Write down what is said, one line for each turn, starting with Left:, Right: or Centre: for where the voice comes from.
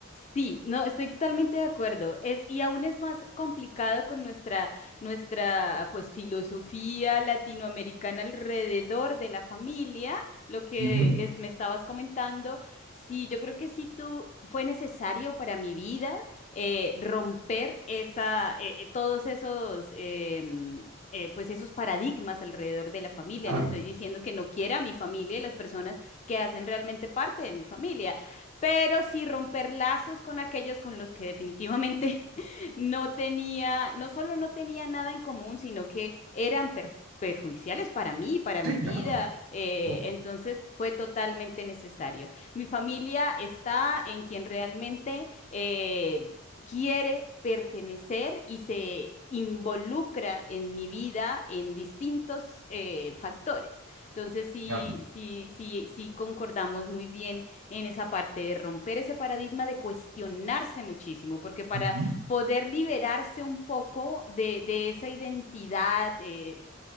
Left: Sí, no, estoy totalmente de acuerdo. Es, y aún es más complicado con nuestra, nuestra pues filosofía latinoamericana alrededor de la familia, lo que
Right: Ujú,
Left: es- me estabas comentando. Sí, yo creo que sí tú fue necesario para mi vida eh, romper esa, eh, eh, todos esos em, eh, pues esos paradigmas alrededor de la familia.
Right: Claro.
Left: No estoy diciendo que no quiera a mi familia y las personas que hacen realmente parte de mi familia pero sí romper lazos con aquellos con los que definitivamente <laughs> no tenía, no solo no tenía nada en común, sino que eran per- perjudiciales para mí, para mi
Right: Sí,
Left: vida.
Right: claro.
Left: eh,
Right: ¿no?
Left: entonces fue totalmente necesario. Mi familia está en quien realmente eh, quiere pertenecer y se involucra en mi vida en distintos eh, factores. Entonces, sí,
Right: Claro.
Left: sí, sí, sí concordamos muy bien en esa parte de romper ese paradigma, de cuestionarse muchísimo, porque para
Right: Ujú,
Left: poder liberarse un poco de, de esa identidad eh,